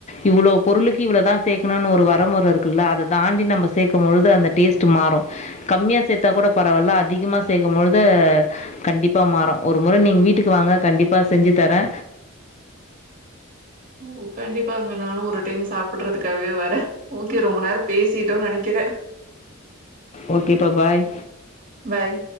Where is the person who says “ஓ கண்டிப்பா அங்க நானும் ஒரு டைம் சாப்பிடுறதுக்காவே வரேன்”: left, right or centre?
Right